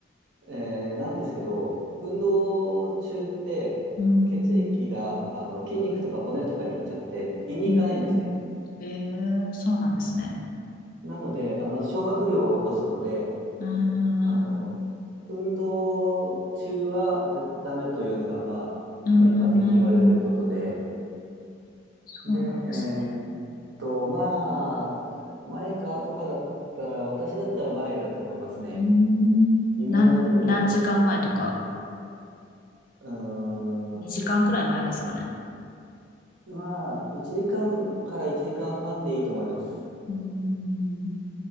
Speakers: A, on the right; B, on the left.
A: えーなんですけど、運動中って、
B: うんうん
A: 血液が、あの、筋肉とか骨とかに行っちゃって、胃に行かないんですね。
B: うん。んええそうなんですね。
A: なので、あ、まず消化不良を起こすので、
B: うんうんうん。
A: あの、運動中はぜダメというのが、まあ、
B: うんうんうんうん。
A: まあ、一般的に言われていることで、
B: そうなんですね。
A: で、えーと、まあ、前か後かだったら、私だったら前だと思いますね。
B: うん。
A: 微妙なとこでは。
B: なん、何時間前とか、
A: うーん。
B: 2時間くらい前ですかね。
A: まあ、1時間かんから1時間半でいいと思います。
B: うん。